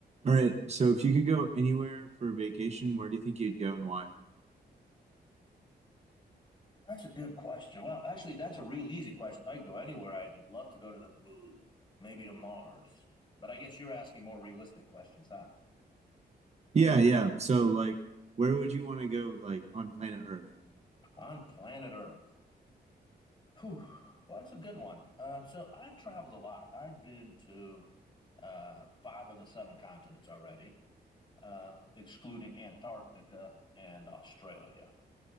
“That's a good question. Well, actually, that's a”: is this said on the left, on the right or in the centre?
Left